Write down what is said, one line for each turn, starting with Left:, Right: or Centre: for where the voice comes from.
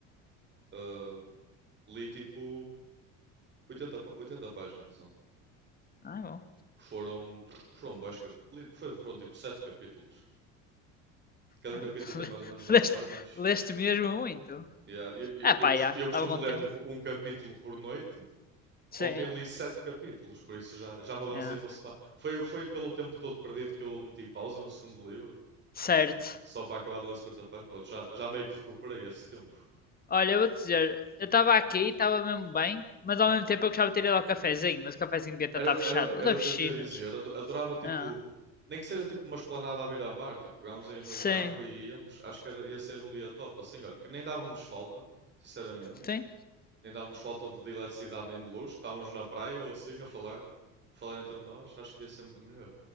Right: Ah, li tipo oitenta pá- 80 páginas ontem.
Left: Ah, bom.
Right: Que foram, foram bués, cap- li- foi- foram tipo 7 capítulos. Cada
Left: É,
Right: capítulo
Left: um- <laughs>
Right: tem mais ou menos 10
Left: leste,
Right: páginas.
Left: leste mesmo muito.
Right: Yeah, eu, eu,
Left: Ah, pá,
Right: eu costu-
Left: já.
Right: eu
Left: Estava
Right: costumo
Left: bom
Right: ler
Left: tempo.
Right: tipo um capítulo por noite.
Left: Sim.
Right: Ontem li 7 capítulos, por isso já, já me avancei
Left: é.
Right: uma semana. Foi, foi pelo tempo todo perdido que eu meti pausa no segundo livro.
Left: Certo.
Right: Só para acabar de ler 50 páginas, pronto, já, já meio que recuperei esse tempo.
Left: Olha, eu vou te dizer, eu estava aqui, estava mesmo bem, mas
Right: Sim.
Left: ao mesmo tempo eu gostava de ter ido ao cafezinho, mas o cafezinho devia estar
Right: Era,
Left: tá
Right: o-
Left: fechado.
Right: era, o- era
Left: O das
Right: o que
Left: piscinas.
Right: eu te ia dizer. Ado- Adorava, tipo,
Left: Ah,
Right: nem que seja tipo uma esplanada à beira-mar. Tipo, pegámos aí num
Left: sim.
Right: carro e íamos. Acho que era, ia ser um dia top, assim, olha, que nem dávamos falta, sinceramente.
Left: Sim.
Right: Nem dávamos falta de, de eletricidade nem de luz. Estávamos na praia ou assim a falar, falar entre nós. Acho que ia ser muito melhor.